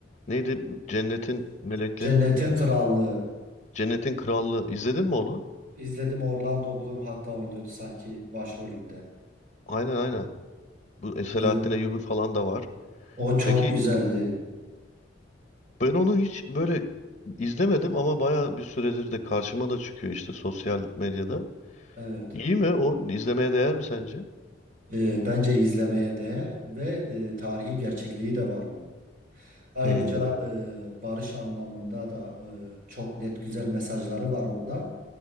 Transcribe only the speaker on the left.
Neydi? Cennetin melekleri
mi dedi?
Cennetin krallığı. İzledin mi onu?
Aynen aynen. Bu Selahattin
Eyyubi falan da var.
Peki
ben onu hiç böyle izlemedim ama baya bir süredir de karşıma da çıkıyor işte sosyal medyada.
İyi mi o? İzlemeye değer mi sence?
Hmm.